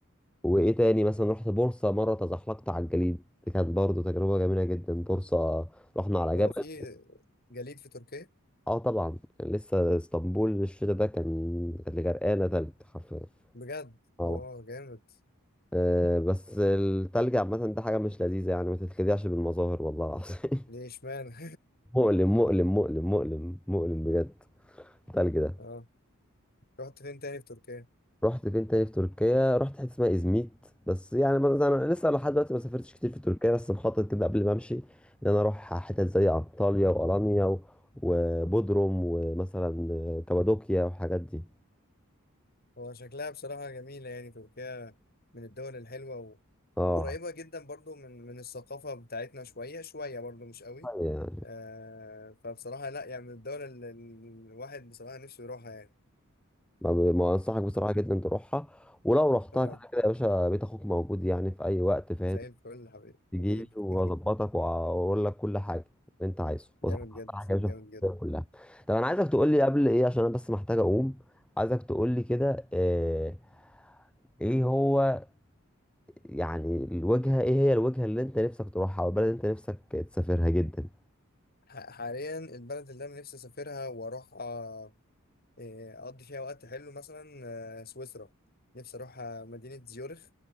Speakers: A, in the centre; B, on the left (about 45°).
A: وإيه تاني مثلا رحت بورصة مرة تزحلقت على الجليد دي كانت برضو تجربة جميلة جدا بورصة رحنا على
B: هو
A: جبل
B: في جليد في تركيا
A: اه طبعا كان لسه اسطنبول الشتا ده كان كانت غرقانة تلج حرفيا
B: بجد اه
A: آه.
B: جامد
A: آه، بس التلج عامة ده حاجة مش لذيذة يعني ما تتخدعش بالمظاهر والله العظيم <laughs>
B: ليه اشمعنى
A: مؤلم مؤلم مؤلم مؤلم مؤلم بجد التلج
B: <laughs>
A: ده
B: اه رحت فين تاني في تركيا
A: رحت فين تاني في تركيا رحت حتة اسمها إزميت بس يعني ما- انا لسه لحد دلوقتي ما سافرتش كتير في تركيا بس مخطط كده قبل ما امشي ان انا اروح حتت زي انطاليا والانيا و- وبودروم ومثلا آه، كابادوكيا والحاجات دي
B: هو شكلها بصراحة جميلة يعني تركيا من الدول الحلوة و...
A: اه
B: وقريبة جدا برضو من من الثقافة بتاعتنا شوية شوية برضو مش قوي
A: يعني
B: آه فبصراحة لا يعني من الدول اللي الواحد بصراحة نفسه يروحها يعني
A: ما ما انصحك بصراحة جدا تروحها ولو رحتها
B: اه
A: كده كده يا باشا بيت اخوك موجود يعني في اي وقت فاهم
B: زي الفل حبيبي
A: تجيلي
B: حبيبي
A: واظبطك
B: <laughs>
A: واقول لك كل حاجه اللي انت عايزه وصح
B: جامد جد
A: كل حاجه مش
B: جامد جد
A: فيها كلها طب انا عايزك تقول لي قبل ايه عشان انا بس محتاج اقوم عايزك تقول لي كده آه، ايه هو يعني الوجهه ايه هي الوجهه اللي انت نفسك تروحها او البلد اللي انت نفسك تسافرها جدا
B: ح- حاليا البلد اللي انا نفسي اسافرها واروحها إيه، اقضي فيها وقت حلو مثلا آه، سويسرا نفسي اروح آه، مدينة زيورخ